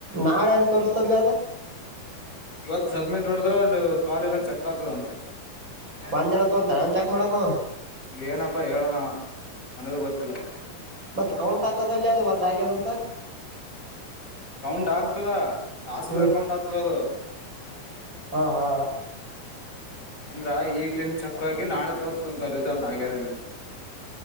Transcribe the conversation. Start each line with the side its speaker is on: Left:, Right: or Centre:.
Right: ನಾಳೆ ಹೆಂಗ ತೋರ್ಸ್ತದ್ಲ ಅದ
Left: ಇವತ್ ಸಬ್ಮಿಟ್ ನೋಡದ್ರೆ ಕಾಲ್ ಎಲ್ಲ ಚೆಕ್ ಆಗ್ತದಂತೆ
Right: ಒಂದ್ ದಿನ ತೊ ಅಂತ ನಾನ್ ಚೆಕ್ ಮಾಡಕ
Left: ಏನಪ್ಪಾ ಹೇಳಲ್ಲವ ನನಗೂ ಗೊತ್ತಿಲ್ಲ
Right: ಮತ್ತೆ ಕೌಂಟ್ ಹತದಲ್ಲಿ ಅದು ಒಂದ ಆಗ್ಯದಂತ
Left: ಕೌಂಟ್ ಆಗ್ತದ ಟಾಸ್ಕ್ದ
Right: ಹ್ಮ್
Left: ಕೌಂಟ್ ಆಗ್ತದದು
Right: ಹಾ ಹಾ
Left: ಅಂದ್ರ ಈಗ್ಲನ್ ಚಕ್ಗಿ ನಾಳೆ ತೋರ್ತು ರಿಸಲ್ಟ್ ಆಗ್ಯಾರ